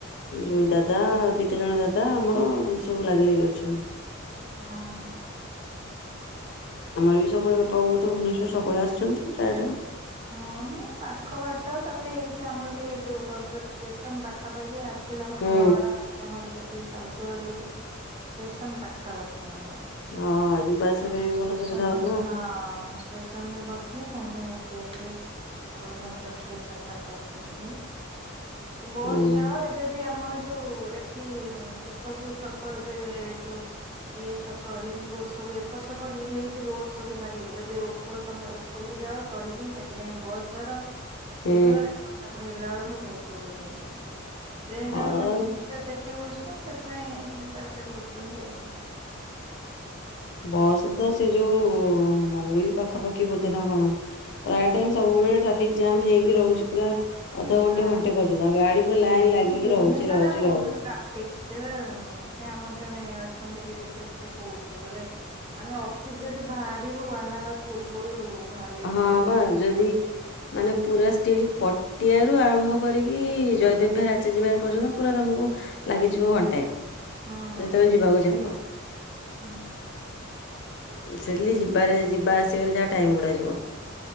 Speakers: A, on the left; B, on the right.
A: ଯୋଉ ଦାଦା ଦିଟା ଜଣ ଦାଦା, ଆମର ଏମିତି ସବୁ ଲାଗି ଲାଗି ଅଛନ୍ତି।
B: ହଁ- ହଁ।
A: ଆମର ବି ସବୁବେଳେ ବାପା ବୋଉ ତ ଭୁବନେଶ୍ୱର ସବୁବେଳେ ଆସୁଛନ୍ତି, ପ୍ରାୟ ଟାଇମ୍।
B: ହଁ ବହୁତ ପାଖ ବାଟ, ତାପରେ ଏଇଠି ଆମର ଟିକେ ଯୋଉ ଭଦ୍ରକ ଷ୍ଟେସନ ପାଖାପାଖି ଆ ଆକ୍ଚୁଆଲି ଆମର
A: ହୁଁ
B: ଘରଟା ହଉଛି, ଆମର ସେଠି ତାଳଚେର ଯୋଉଠି ଷ୍ଟେସନ ପାଖାପା ଧାମରା
A: ହଁ ଯିବା ଆସିବା ପାଇଁ
B: ଷ୍ଟେସନ
A: ଭଲ ସୁବିଧା ହଉଥିବ
B: ରୁ ଯୋଉ ଦିନ ଷ୍ଟେସନ୍ ରେ ବସି ରଖିବେ ସାଙ୍ଗେ ସାଙ୍ଗେ ଏଠି ଆସିବେ, ଆମର ଭଦ୍ରକ ଷ୍ଟେସନ ପାଖପାଖି ହେଲେ। ଏ ବସ୍
A: ହୁଁ
B: ଯାଅ, ଏବେ ବି ଆମର ଯୋଉ ଏଠି ଖରପୁର ଛକ୍ ଏବେ। <unintelligible> ଇଏ ଛକ ଲିଙ୍କ ରୋଡ ସବୁ ଏପଟ ସେପଟ ହେଇଯାଇଛି, ରୋଡ ସବୁ ଭାରି ଏବେ ଉପର ତମେ ଉପରକୁୁ ଯାଉଛ ଚଢିକି ସେଥିପାଇଁ ବସ୍ ଧର
A: ହୁଁ।
B: ଇଏ କର ଏପଟ ସେପଟ ହେଲା ବେଳକୁ ବହୁତ ଟ୍ରେନ
A: ହଁ
B: ଟା ମାନେ ସୁବିଧା ସେଇଠି ହେଉଛି ତ, ସେଥିପାଇଁ ଯିବା ଆସିବା କରୁଛନ୍ତି ଆଉ।
A: ବସ ତ, ସେ ଯୋଉ ମଙ୍ଗୁଳି ପାଖାପାଖି ବୋଧେ ନା କଣ? ପ୍ରାୟ ଟାଇମ୍ ସବୁବେଳେ ଟ୍ରାଫିକ୍ ଜାମ୍ ହେଇକି ରହୁଛି ପୁରା। ଅଧଘଣ୍ଟେ
B: ଆ
A: ଘଣ୍ଟେ ପର୍ଯ୍ୟନ୍ତ ଗାଡି ପୁରା ଲାଇନ ଲାଗିକି
B: ଭୁବନେଶ୍ଵରରେ
A: ରହୁଛି ରହୁଛି
B: ବହୁତ
A: ରହୁଛି
B: ଟ୍ରାଫିକ, ସେ ସେ ଆମ ଜଣେ ଅଛନ୍ତି ରିଲେଟିଭ ସେ କହୁଥିଲେ, କହିଲେ ଆମେ ଅଫିସ ଯଦି ବାହାରିବୁ ୱାନ୍ ହାୱାର ପୂ ପୂର୍ବରୁ ବାହାରିବାକୁ
A: ହଁ
B: ପଡିବ।
A: ବା ଯଦି ମାନେ ପୁରା ଷ୍ଟିଲ୍ ପଟିଆରୁ ଆରମ୍ଭ କରିକି ଜୟଦେବ ବିହାର, ଆଚାର୍ଯ୍ୟ ବିହାର ପର୍ଯ୍ୟନ୍ତ ପୁରା ତମକୁ ଲାଗିଯିବ ଘଣ୍ଟାଏ।
B: ହୁଁ
A: ଯଦି ତମେ
B: ହୁଁ
A: ଯିବାକୁ ଚାହିଁବ?
B: ହୁଁ
A: <unintelligible> ଯିବାରେ ଯିବା ଆସିବାରେ ଯାହା ଟାଇମ ଗୁଡା ଯିବ।